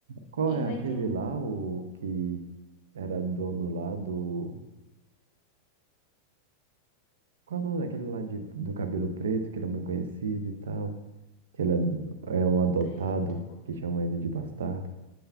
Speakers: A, on the right; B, on the left.
A: Qual
B: E
A: é
B: vai
A: aquele
B: ter um,
A: lá, o que era dono lá do. Qual é o nome daquele lá de, do cabelo preto, que ele é muito conhecido e tal? Que ele é,
B: Cabelo
A: é um adotado,
B: preto.
A: que chamam ele de bastardo.